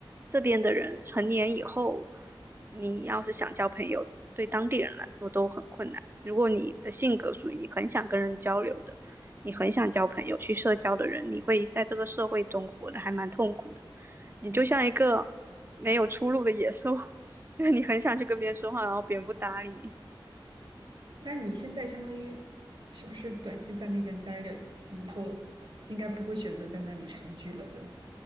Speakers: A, on the right (about 25°); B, on the right (about 65°).
A: 这边的人成年以后，你要是想交朋友，对当地人来说都很困难。如果你的性格属于你很想跟人交流的，你很想交朋友、去社交的人，你会在这个社会中活得还蛮痛苦的。你就像一个没有出路的野兽，<laughs> 就是你很想去跟别人说话，然后别人不搭理你。
B: 那你现在相当于是不是短期在那边待着，以后应该不会选择在那里长居了？就